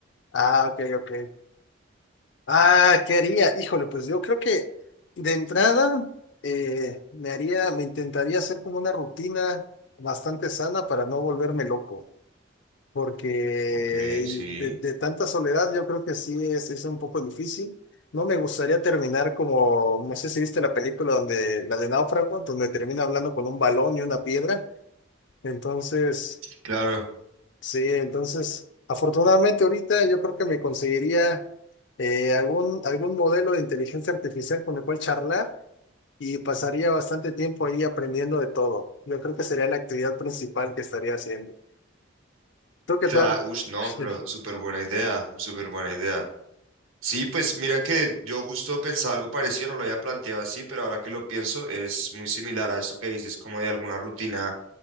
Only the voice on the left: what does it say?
Ah, ok, ok. Ah, ¿qué haría? Híjole, pues yo creo que de entrada eh, me haría, me intentaría hacer como una rutina bastante sana para no volverme loco, porque
de,
de tanta soledad yo creo que sí es, es un poco difícil. No me gustaría terminar como, no sé si viste la película donde, la de Náufrago, donde termina hablando con un balón y una piedra. Entonces,
Sí, entonces, afortunadamente ahorita yo creo que me conseguiría eh, algún, algún modelo de inteligencia artificial con el cual charlar y pasaría bastante tiempo ahí aprendiendo de todo. Yo creo que sería la actividad principal que estaría haciendo. ¿Tú qué
tal?
<laughs>